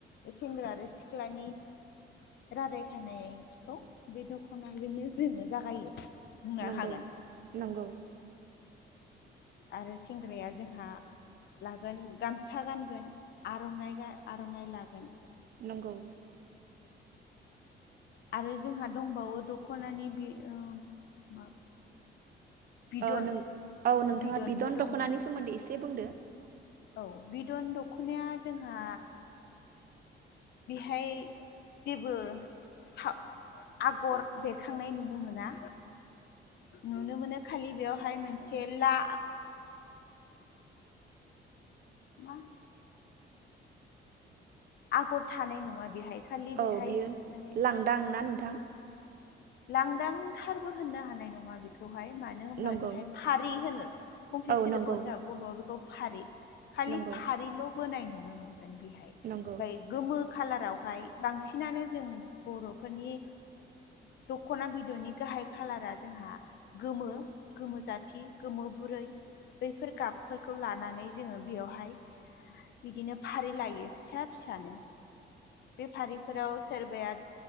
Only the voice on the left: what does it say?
सेंग्रा आरो सिख्लानि रादाय खानायखौ बे दखनाजोंनो जोङो जागायो। बुंनो
हागोन
आरो सेंग्राया जोंहा लागोन गामसा गानगोन आर'नाइ आर'नाइ लागोन।
आरो जोंहा दंबावो दख'नानि बि ओ मा। बिदन
बिदनबो
दंबावो
औ बिदन दख'नाया जोंहा बेहाय जेबो सा आगर बेरखांनाय नुनो मोना नुनो मोनो खालि बेयावहाय मोनसे ला। मा। आगर थानाय नङा बेहाय खालि बेहाय
माने
लांदांथारबो होननो हानाय नङा बेखौ बेवहाय मानो होनबा
बेहाय फारि होनो फंसे
सोदोबाव
जोंहा बर'आव बेखौ फारि खालि
फारिल' बोनाय नु ना मोन बेहाय
ओमफाय गोमो खाालाराव फाय बांसिनानो जों बर'फोरनि दख'ना बिदननि गाहाय खालारा जोंहा गोमो गोमो जाथि गोमो बुरै बैफोर गाबफोरखौ लानानै जोङो बेयावहाय बिदिनो फारि लायो फिसा फिसानो। बेफारिफोराव सोरबाया